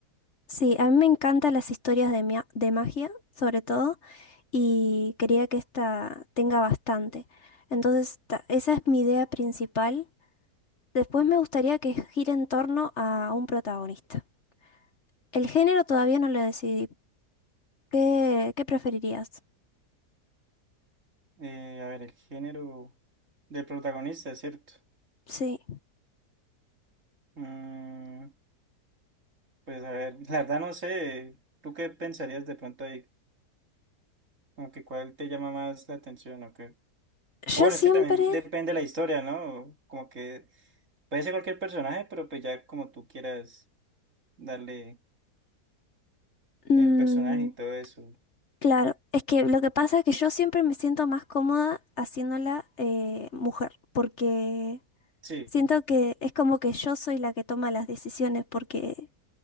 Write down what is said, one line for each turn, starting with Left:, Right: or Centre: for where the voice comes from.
Left: Sí, a mí me encantan las historias de, mia- de magia, sobre todo. y quería que esta tenga bastante. Entonces, ta- esa es mi idea principal. Después me gustaría que gire en torno a un protagonista. El género todavía no lo decidí. ¿Qué, qué preferirías?
Right: Eh, a ver, el género del protagonista, ¿cierto?
Left: Sí.
Right: Mm, pues a ver, <laughs> la verdad no sé, ¿tú qué pensarías de pronto ahí? Como que cuál te llama más la atención o qué.
Left: Yo
Right: O bueno,
Left: siempre...
Right: es que también depende de la historia, ¿no? Como que Puede ser cualquier personaje, pero pues ya como tú quieras darle
Left: mm,
Right: el personaje y todo eso.
Left: claro, es que lo que pasa es que yo siempre me siento más cómoda haciéndola eh, mujer, porque
Right: Sí.
Left: siento que es como que yo soy la que toma las decisiones, porque